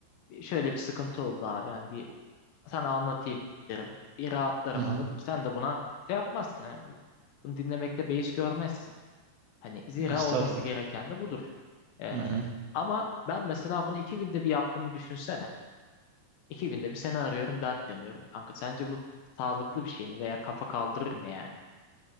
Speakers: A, on the left; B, on the right.
A: bir- şöyle bir sıkıntı oldu abi yani bir sana anlatayım derim. Bir rahatlarım
B: Hı hı.
A: anladın mı? Sen de buna şey yapmazsın. yani bu- bunu dinlemekte beis görmezsin. Hani zira
B: Estağfurullah.
A: olması gereken de budur. Ee,
B: Hı hı.
A: ama ben mesela bunu iki günde bir yaptığımı düşünsene. İki günde bir seni arıyorum dert yanıyorum kanka. Sence bu sağlıklı bir şey mi veya kafa kaldırır mı yani?